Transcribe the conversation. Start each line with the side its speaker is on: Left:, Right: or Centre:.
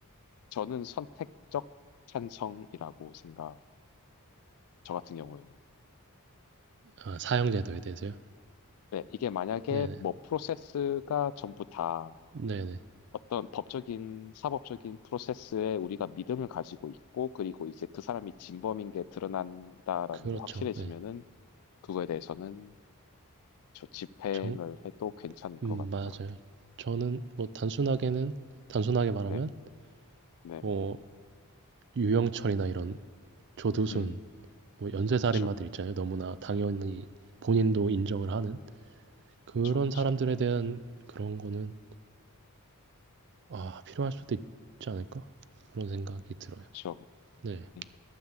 Left: 저는 선택적 찬성이라고 생각해요. 저 같은 경우에는.
Right: 아, 사형제도에 대해서요?
Left: 네, 이게 만약에
Right: 네네.
Left: 뭐 프로세스가 전부 다
Right: 네네.
Left: 어떤 법적인, 사법적인 프로세스에 우리가 믿음을 가지고 있고, 그리고 이제 그 사람이 진범인 게 드러난다라는
Right: 그렇죠.
Left: 게 확실해지면은
Right: 네.
Left: 그거에 대해서는 저 집행을
Right: 정,
Left: 해도 괜찮을 것
Right: 음,
Left: 같다.
Right: 맞아요. 저는
Left: 네,
Right: 뭐 단순하게는, 단순하게 말하면,
Left: 네, 네,
Right: 뭐,
Left: 네. 네.
Right: 유영철이나 이런 조두순,
Left: 음,
Right: 뭐, 연쇄살인마들
Left: 그렇죠.
Right: 있잖아요. 너무나 당연히 본인도 인정을 하는 그런
Left: 그쵸, 그쵸.
Right: 사람들에 대한 그런 거는, 아, 필요할
Left: 음,
Right: 수도 있지 않을까? 그런 생각이 들어요.
Left: 그쵸.
Right: 네.
Left: 음,